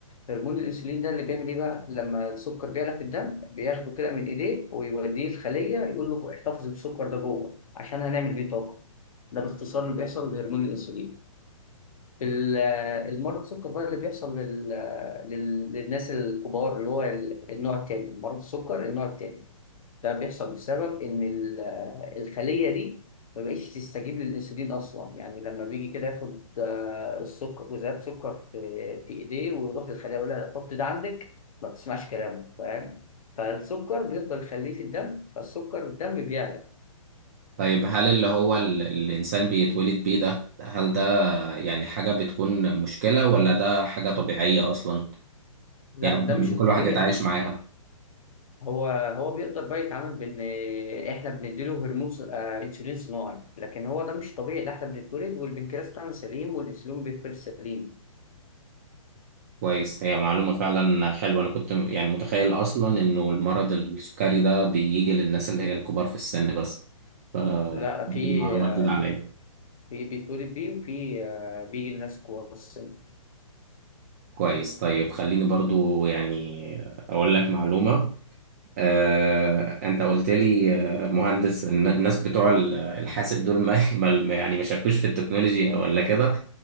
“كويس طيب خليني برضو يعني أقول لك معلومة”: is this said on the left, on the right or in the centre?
Right